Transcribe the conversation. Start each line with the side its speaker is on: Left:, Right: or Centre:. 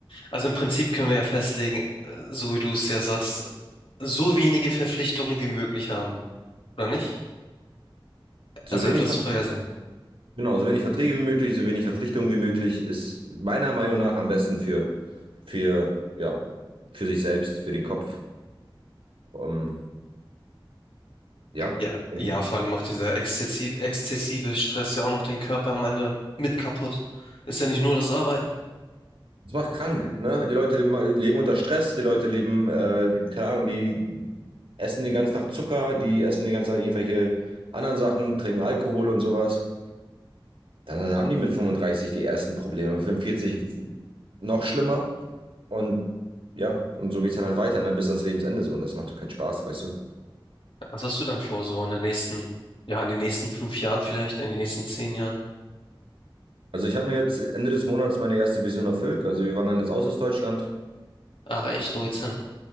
Left: Also im Prinzip können wir ja festlegen, äh, so wie du es ja sagst, so wenige Verpflichtungen wie möglich haben, oder nicht?
Right: So
Left: Also
Right: wenig,
Left: etwas
Right: Ver-
Left: freier sein.
Right: genau, so wenig Verträge wie möglich, so wenig Verpflichtungen wie möglich ist meiner Meinung nach am besten für, für, ja, für sich selbst, für den Kopf. Ähm, ja,
Left: Ja,
Right: also
Left: ja, vor allem macht dieser exzessi- exzessive Stress ja auch noch den Körper am Ende mit kaputt. Ist ja nicht nur das Arbeiten.
Right: Das macht krank, ne? Die Leute leben, leben unter Stress, die Leute leben, äh, keine Ahnung, die essen den ganzen Tag Zucker, die essen den ganzen Tag irgendwelche anderen Sachen, trinken Alkohol und sowas. Dann haben die mit 35 die ersten Probleme, mit 45 noch schlimmer. Und ja, und so geht's dann halt weiter, ne? Bis ans Lebensende so. Und das macht doch keinen Spaß, weißt du?
Left: Was hast du dann vor, so in der nächsten, ja, in den nächsten fünf Jahren vielleicht, in den nächsten zehn Jahren?
Right: Also ich habe mir jetzt Ende des Monats meine erste Vision erfüllt. Also wir waren dann jetzt aus aus Deutschland.
Left: Ach echt, wo geht's hin?